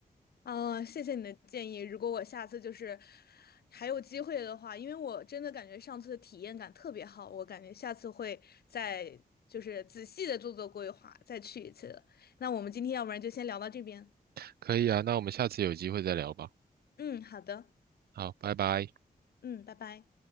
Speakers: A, on the left; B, on the right.
A: 啊，谢谢你的建议。如果我下次就是还有机会的话，因为我真的感觉上次的体验感特别好，我感觉下次会再就是仔细的做做规划，再去一次了。那我们今天要不然就先聊到这边。
B: 可以啊，那我们下次有机会再聊吧。
A: 嗯，好的，
B: 好，拜拜。
A: 嗯，拜拜。